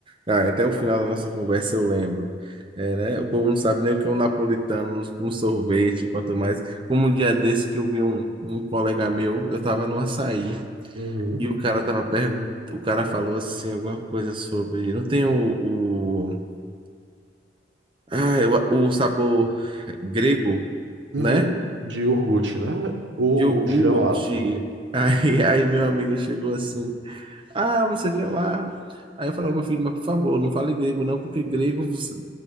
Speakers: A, on the right; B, on the right.
A: Ah, até o final da nossa conversa eu lembro. É, né? O povo não sabe nem o que é um napolitano com sorvete, quanto
B: Hum.
A: mais. Como um dia desse que eu vi um, um colega meu, eu estava no açaí,
B: Uhum.
A: e o cara tava perguntando, o cara falou assim, alguma coisa sobre. Não tem o, o, ah, o, o sabor grego,
B: Uhum.
A: né?
B: De iogurte, né? Ou,
A: de Iogurte.
B: ou de gelato.
A: Aí, aí meu amigo chegou assim. Ah, não sei o que lá. Aí eu falei, ó, meu filho, mas por favor, não fale grego não, porque grego você-